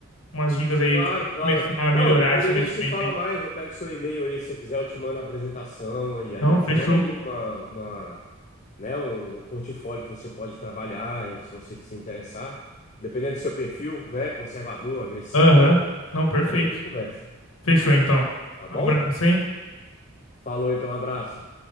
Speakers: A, on the left; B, on the left.
A: umas dicas aí
B: Claro,
A: de
B: claro.
A: começar a melhorar
B: Não, depois
A: esse
B: a
A: investimento
B: gente se fala
A: aí.
B: mais. Eu pego seu e-mail aí, se você quiser, eu te mando a apresentação e aí
A: Não,
B: eu
A: fechou.
B: te mando aí uma, uma, né, um, um portfólio que você pode trabalhar, e se você se interessar, dependendo do seu perfil, né, conservador, agressivo.
A: Aham. Não, perfeito.
B: Aí a gente conversa,
A: Fechou então.
B: tá bom?
A: Um abraço, hein?
B: Falou então, um abraço.